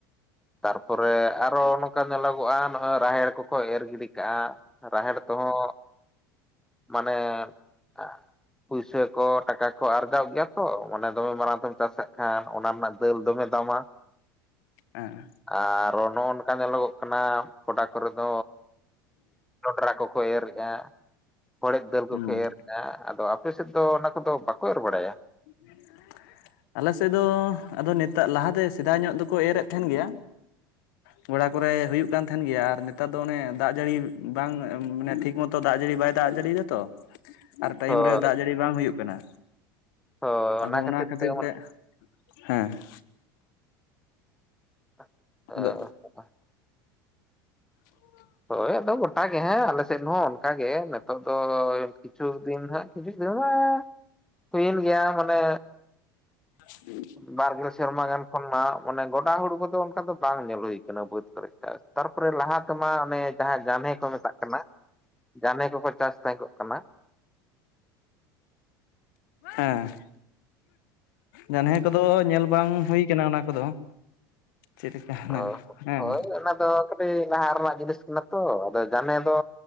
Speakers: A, in the centre; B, on the left (about 65°).
A: ᱛᱟᱨᱯᱚᱨᱮ ᱟᱨᱚ ᱱᱩ ᱱᱚᱝᱠᱟ ᱧᱮᱞᱚᱜᱚᱜᱼᱟ ᱱᱚᱜᱼᱚᱭ ᱨᱟᱦᱮᱲ ᱠᱚᱠᱚ ᱮᱨ ᱜᱤᱰᱤ ᱠᱟᱜᱼᱟ, ᱨᱟᱦᱮᱲ ᱛᱮᱦᱚᱸ ᱢᱟᱱᱮ ᱟᱸ ᱯᱩᱭᱥᱟᱹ ᱠᱚ ᱴᱟᱠᱟ ᱠᱚ ᱟᱨᱡᱟᱣ ᱜᱮᱭᱟ ᱛᱚ ᱚᱱᱮ ᱫᱚ ᱢᱟᱲᱟᱝ ᱛᱮᱢ ᱪᱟᱥ ᱠᱟᱜ ᱠᱷᱟᱱ ᱚᱱᱟ ᱨᱮᱱᱟᱜ ᱫᱟᱹᱞ ᱫᱚᱢᱮ ᱫᱟᱢᱟ᱾
B: ᱦᱮᱸ
A: ᱟᱨ ᱚᱱᱚ ᱚᱱᱠᱟ ᱧᱮᱞᱚᱜᱚᱜ ᱠᱟᱱᱟ ᱜᱚᱰᱟ ᱠᱚᱨᱮ ᱫᱚ ᱡᱚᱱᱰᱨᱟ ᱠᱚᱠᱚ ᱮᱨᱮᱜ-ᱟᱜ ᱦᱚᱲᱮᱫᱜ ᱫᱟᱹᱞ ᱠᱚᱠᱚ
B: ᱦᱩᱸ
A: ᱮᱨ ᱦᱟᱜᱸ ᱟᱫᱚ ᱟᱯᱮ ᱥᱮᱫ ᱫᱚ ᱚᱱᱟ ᱠᱚᱫᱚ ᱵᱟᱠᱚ ᱮᱨ ᱵᱟᱲᱟᱭᱟ?
B: <unintelligible> ᱟᱞᱮ ᱥᱮᱜ ᱫᱚ ᱟᱫᱚ ᱱᱮᱛᱟ ᱞᱟᱦᱟᱛᱮ ᱥᱮᱫᱟᱭ ᱧᱚᱜ ᱫᱚᱠᱚ ᱮᱨᱮᱫ ᱛᱟᱦᱮᱱ ᱜᱮᱭᱟ᱾ ᱛᱦᱚᱲᱟ ᱠᱚᱨᱮ ᱦᱩᱭᱩᱜ ᱠᱟᱱ ᱛᱟᱦᱮᱱ ᱜᱮᱭᱟ ᱟᱨ ᱱᱮᱛᱟᱨ ᱫᱚ ᱚᱱᱮ ᱫᱟᱜ ᱡᱟᱹᱲᱤ ᱵᱟᱝ ᱢᱟᱱᱮ ᱴᱷᱤᱠ ᱢᱚᱛ ᱛᱚ ᱫᱟᱜ ᱡᱟᱹᱲᱤ ᱵᱟᱭ ᱫᱟᱜ ᱡᱟᱹᱲᱤᱭ ᱫᱟ ᱛᱚ ᱟᱨ ᱴᱟᱭᱤᱢ
A: ᱦᱳᱭ
B: ᱨᱮ ᱫᱟᱜ ᱡᱟᱹᱲᱤ ᱵᱟᱝ ᱦᱩᱭᱩᱜ ᱠᱟᱱᱟ᱾
A: ᱦᱳᱭ
B: ᱟᱫᱚ
A: ᱠᱷᱟᱹᱛᱤᱨ
B: ᱚᱱᱟ ᱠᱷᱟᱛᱤᱨ
A: ᱚᱱ-
B: ᱛᱮ <inaudible> ᱦᱮᱸ ᱾
A: <unintelligible>
B: ᱟᱫᱚ <unintelligible>
A: ᱦᱳᱭ ᱟᱫᱚ ᱜᱚᱴᱟ ᱜᱮ ᱦᱮᱸ ᱟᱞᱮ ᱥᱮᱜ ᱦᱚᱸ ᱚᱱᱠᱟᱜ ᱜᱮ ᱱᱮᱛᱚᱜ ᱫᱚ ᱠᱤᱪᱷᱩ ᱫᱤᱱ ᱦᱟᱸᱜ ᱠᱤᱪᱷᱩ ᱫᱤᱱ ᱢᱟ ᱦᱩᱭᱮᱱ ᱜᱮᱭᱟ ᱢᱟᱱᱮ
B: <unintelligible>
A: ᱵᱟᱨᱜᱮᱞ ᱥᱮᱨᱢᱟ ᱜᱟᱱ ᱠᱷᱚᱱ ᱢᱟ ᱚᱱᱮ ᱜᱚᱰᱟ ᱦᱚᱲᱢᱚ ᱠᱚᱫᱚ- ᱱᱮᱛᱟᱨ ᱫᱚ ᱵᱟᱝ ᱧᱮᱞ ᱦᱩᱭ ᱟᱠᱟᱱᱟ ᱵᱟᱹᱫᱽ ᱠᱚᱨᱮ ᱛᱟᱨᱯᱚᱨᱮ ᱞᱟᱦᱟ ᱛᱮᱢᱟ ᱚᱱᱮ- ᱡᱟᱦᱟᱸ ᱡᱟᱱᱦᱮ ᱠᱚ ᱢᱮᱛᱟᱜ ᱠᱟᱱᱟ ᱡᱟᱢᱮ ᱠᱚᱠᱚ ᱪᱟᱥ ᱛᱟᱦᱮᱸ ᱠᱚᱜ ᱠᱟᱱᱟ᱾
B: ᱦᱮᱸ᱾ ᱡᱟᱱᱦᱮ ᱠᱚᱫᱚ ᱧᱮᱞ ᱵᱟᱝ ᱦᱩᱭ ᱠᱟᱱᱟ ᱚᱱᱟ ᱠᱚᱫᱚ? ᱪᱮᱫ ᱞᱮᱠᱟ ᱦᱮᱱᱟᱜ
A: ᱚ
B: ᱦᱮᱸ
A: ᱦᱳᱭ ᱚᱱᱟ ᱫᱚ ᱠᱟᱹᱴᱤᱡ ᱞᱟᱦᱟ ᱨᱮᱱᱟᱜ ᱡᱤᱱᱤᱥ ᱠᱟᱱᱟ ᱛᱚ ᱟᱫᱚ ᱡᱟᱱᱮ ᱫᱚ